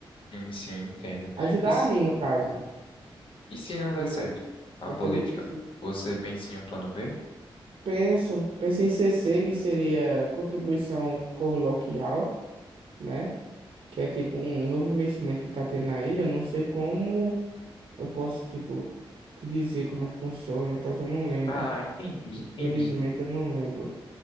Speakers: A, on the left; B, on the right.
A: sim, sim, entendo.
B: Ajudar
A: E
B: a mim, no caso,
A: E se não
B: porque
A: der certo a
B: eu
A: política,
B: também preciso.
A: você pensa em um plano B?
B: Penso, penso em CC, que seria contribuição coloquial. né? Que é tipo um novo investimento que tá tendo aí. Eu não sei como eu posso, tipo, te dizer como é que funciona e tal. Eu não lembro.
A: Ah, entendi,
B: Infelizmente
A: entendi.
B: eu não lembro.